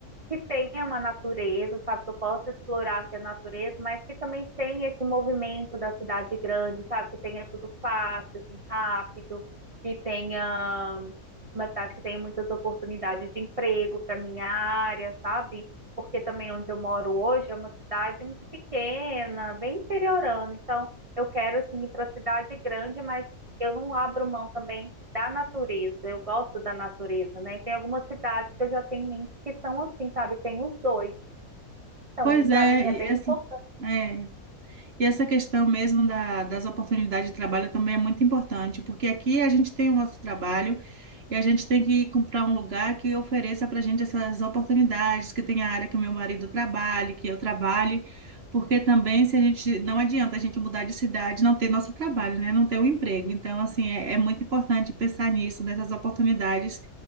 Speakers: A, on the right (about 25°); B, on the right (about 50°).
A: que tenha uma natureza, sabe? Que eu possa explorar assim, a natureza, mas que também tenha esse movimento da cidade grande, sabe? Que tenha tudo fácil, assim, rápido, que tenha uma cidade que tenha muitas oportunidades de emprego para minha área, sabe? Porque também onde eu moro hoje é uma cidade muito pequena, bem interiorana. Então, eu quero assim ir para a cidade grande, mas eu não abro mão também da natureza, eu gosto da natureza, né? E tem algumas cidades que eu já tenho em mente que são assim, sabe? Tem os dois. Então,
B: Pois
A: isso
B: é,
A: para mim é
B: e
A: bem
B: essa.
A: importante
B: É. E essa questão mesmo da, das oportunidades de trabalho também é muito importante, porque aqui a gente tem o nosso trabalho e a gente tem que comprar um lugar que ofereça para a gente essas oportunidades, que tenha a área que o meu marido trabalhe, que eu trabalhe, porque também se a gente não adianta a gente mudar de cidade, e não ter nosso trabalho, né? Não ter o emprego. Então, assim, é, é muito importante pensar nisso, nessas oportunidades,